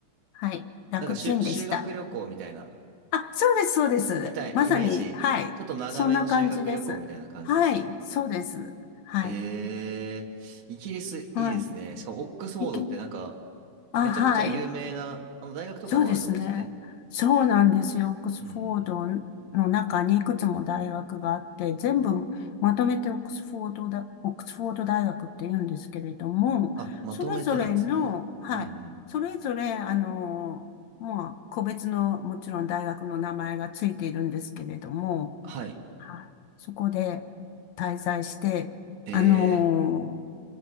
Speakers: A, on the left; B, on the right.
A: はい、楽ちんでした。
B: なんかしゅ、修学旅行みたいな。
A: あ、そうです、そうです。
B: みたい、
A: まさに、
B: イメージ。
A: はい。
B: ちょっと長めの修学旅行みたいな感じですね。
A: そんな感じです。はい、そうです。はい。
B: えー、イギリスいいですね。
A: は
B: しかもオックスフォードってなんか、
A: い。いけ、あ、
B: めちゃくちゃ有名な、
A: はい。
B: あの大学とかもあるとこですよね。
A: そうですね。そうなんですよ。オックスフォードの中にいくつも大学があって、
B: うんうんうん。
A: 全部まとめてオックスフォードだ、オックスフォード大学って言うんですけれども、
B: あ、まとめてなんですね。
A: それぞれの、はい。
B: うんうん。
A: それぞれ、あの、まあ、個別の、もちろん大学の名前がついているんですけれども、
B: はい。
A: はいそこで滞在して、
B: え
A: あのー